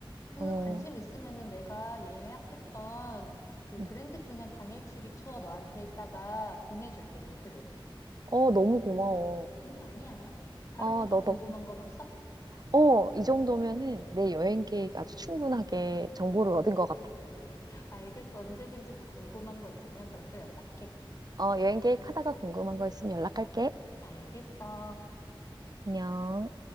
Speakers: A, on the left; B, on the right.
A: 그
B: 어,
A: 관심 있으면은 내가 예약했던 그
B: 응.
A: 그랜드 캐년 당일치기 투어 너한테 이따가 보내줄게, 링크를.
B: 어, 너무 고마워.
A: 응, 아니야. 다른
B: 어,
A: 것도
B: 너
A: 궁금한
B: 덕,
A: 건 없어?
B: 어, 이 정도면은 내 여행 계획 아주 충분하게 정보를 얻은 것 같아.
A: 알겠어. 언제든지 더 궁금한 거 있으면 그럼 또 연락해.
B: 어, 여행 계획 하다가 궁금한 거 있으면 연락할게.
A: 알겠어.
B: 안녕.